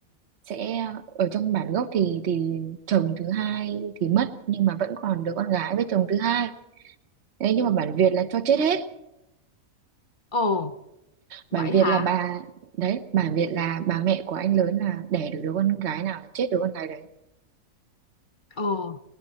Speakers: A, on the right; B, on the left.
A: sẽ ở trong bản gốc thì thì chồng thứ hai thì mất nhưng mà vẫn còn đứa con gái với chồng thứ hai đấy nhưng mà bản Việt là cho chết hết
B: ồ vậy
A: bản Việt
B: hả
A: là bà đấy bản Việt là bà mẹ của anh lớn là đẻ được đứa con gái nào là chết đứa con gái đấy
B: ồ